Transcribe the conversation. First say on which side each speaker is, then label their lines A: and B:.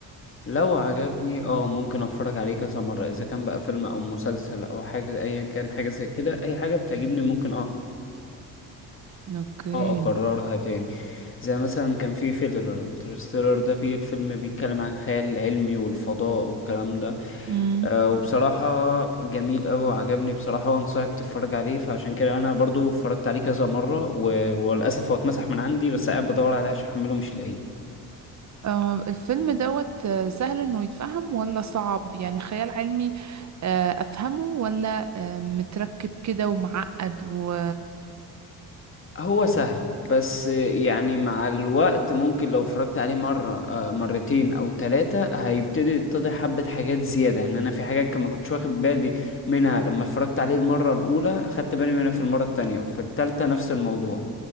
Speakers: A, on the left; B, on the right.
A: لو عجبني اه ممكن اتفرج عليه كذا مرة اذا كان بقى فيلم او مسلسل او حاجة ايا كان حاجة زي كده اي حاجة بتعجبني ممكن اه
B: اوكي
A: آه اكررها تاني زي مثلا كان في فيلم انترستيلر انترستيلر ده فيه الفيلم بيتكلم عن خيال علمي والفضاء والكلام ده
B: امم
A: أه وبصراحة جميل أوي وعجبني بصراحة وأنصحك تتفرج عليه فعشان كده أنا برضو اتفرجت عليه كذا مرة و... وللأسف هو اتمسح من عندي بس قاعد بدور عليه عشان أحمله مش لاقيه
B: أه الفيلم دوت آه، سهل انه يتفهم ولا صعب يعني خيال علمي آه، افهمه ولا آه، متركب كده ومعقد و
A: هو سهل بس يعني مع الوقت ممكن لو اتفرجت عليه مرة آه، مرتين أو ثلاثة هيبتدي يتضح حبة حاجات زيادة يعني أنا في حاجات كان ما كنتش واخد بالي منها لما اتفرجت عليه المرة الأولى خدت بالي منها في المرة التانية وفي التالتة نفس الموضوع